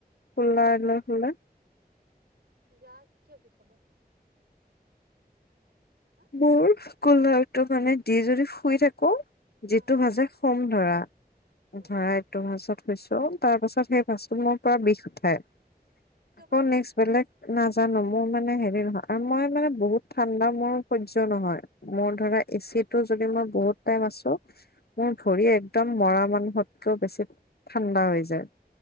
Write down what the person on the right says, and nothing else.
কিয়
গা কিয় বিষাব। হা
অ
অ
কিয়
বা